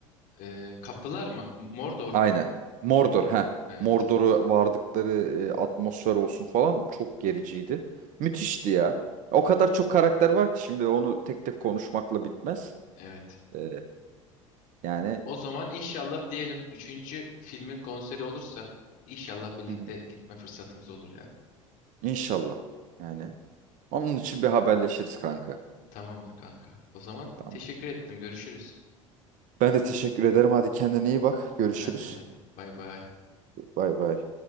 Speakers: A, on the left (about 50°); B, on the right (about 50°).
A: Ee, kapılar mı? Mordor mu?
B: Aynen. Mordor ha.
A: Evet.
B: Mordor'u vardıkları e, atmosfer olsun falan çok gericiydi. Müthişti ya. O kadar çok karakter var ki şimdi onu tek tek konuşmakla bitmez.
A: Evet.
B: E, Yani
A: O zaman inşallah diyelim üçüncü filmin konseri olursa inşallah birlikte
B: Hı hı.
A: gitme fırsatımız olur ya.
B: inşallah. Yani onun için
A: İş-
B: bir haberleşiriz kanka.
A: Tamamdır kanka. O zaman
B: Tamam.
A: teşekkür ettim. Görüşürüz.
B: Ben de teşekkür ederim. Hadi kendine iyi bak. Görüşürüz.
A: Hadi hadi. Bay bay.
B: Bay bay.